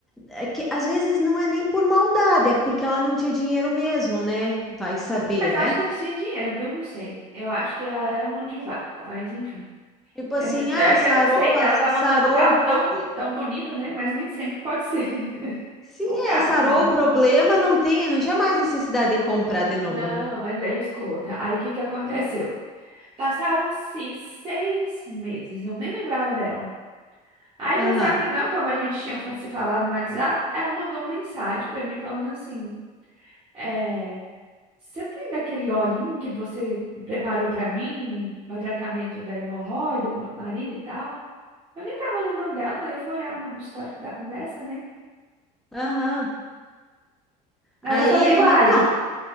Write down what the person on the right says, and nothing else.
Mas
eu acho que eles tinham dinheiro, viu? Não sei. Eu acho que ela era mão de vaca, mas enfim.
É,
é que
eu não sei, que
ela tava
andando um carro
tão, tão bonito, né? Mas nem sempre pode ser <laughs>
o carro.
né?
Não,
mas aí escuta. Aí o que que aconteceu? Passaram-se seis meses, eu nem lembrava dela. Aí pensar
que não, como a gente tinha fa- se falado no WhatsApp, ela mandou uma mensagem pra mim falando assim: é, você tem daquele olhinho que você preparou pra mim, para tratamento da hemorroida, pro meu marido e tal? Eu nem tava lembrando dela, aí eu fui olhar no histórico da conversa, né?
Aí
eu falei, uai.